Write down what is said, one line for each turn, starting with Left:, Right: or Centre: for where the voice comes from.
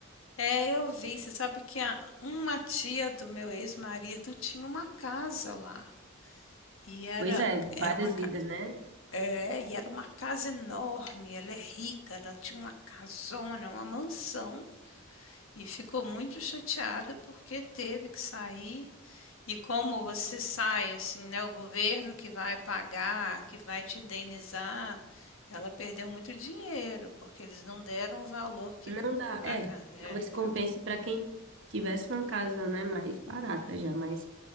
Left: É, eu vi, você sabe que a uma tia do meu ex-marido tinha uma casa lá, e era
Right: Pois é,
Left: era
Right: várias
Left: uma
Right: vidas, né?
Left: É, e era uma casa enorme, ela é rica, ela tinha uma casona, uma mansão, e ficou muito chateada porque teve que sair. E como você sai, assim, né? O governo que vai pagar, que vai te indenizar, ela perdeu muito dinheiro, porque eles não deram o valor que.
Right: Não dá,
Left: Ah,
Right: é,
Left: ca- é,
Right: talvez compense
Left: que ela-
Right: para quem tivesse uma casa, né, mais barata já, mas